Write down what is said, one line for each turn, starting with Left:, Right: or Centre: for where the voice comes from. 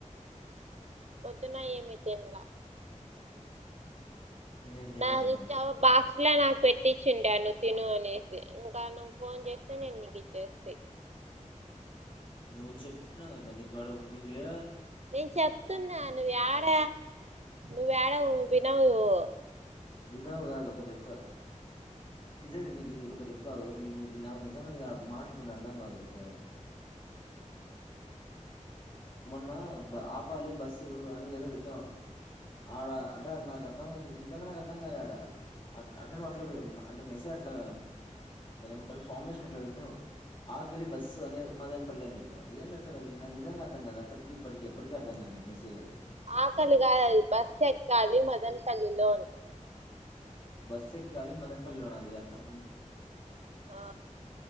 Right: పొద్దున ఏమి తినలా
Left: నేను తిననా
Right: బా తెచ్చావు బా ఇట్లా నాకు పెట్టించిండా నువ్వు తిను అనేసి క నువ్వు ఫోన్ చేసి నేను నీకు ఇచ్చేస్తి
Left: నువ్వు చెప్పిన కదా నీకు వాడ నీకు లే
Right: నేను చెప్తున్నా నువ్వు ఏడా నువ్వేడా <unintelligible>
Left: వినవు కాదు ఒకరు చెప్తే నిజంగా నీకు ఒకటి చెప్తాఆగునీకు నాకు నిజంగా నీ మాటలు కొన్నీ అర్థం కావు తెలుసా మొన్న ఆపాలి బస్సు అని ఏదో పెట్టావు ఆడ అంటే నాకు అర్థమైంది నిజంగా నాకు అర్థం కాలేదు ఆడ అంటే నువ్వు అట్ల అంటే మెసేజ్ అట్లా దాన్ని ఏమంటారు ఫార్మేషన్ అట్లా పెట్ హలో ఆఖరి బస్ అని మదన్ పల్లి అని పెట్టినావ్ ఏం మెసేజ్ అది నాకు నిజ అర్థంకాలేదు అప్పటికి ఇప్పటికి ఎప్పటికి అర్థం కాదు మెసేజ్లు అవి
Right: ఆకలి కాదుది బస్సు ఎక్కాలి మదన్పల్లిలో
Left: బస్ ఎక్కాలి మదనపల్లిలో అది అర్థం
Right: ఆ